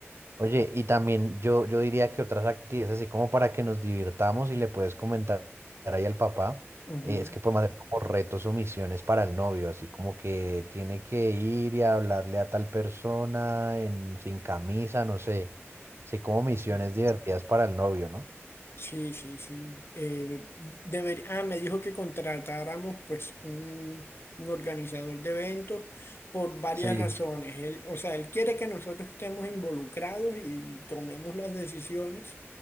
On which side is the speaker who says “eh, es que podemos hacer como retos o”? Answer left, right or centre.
Right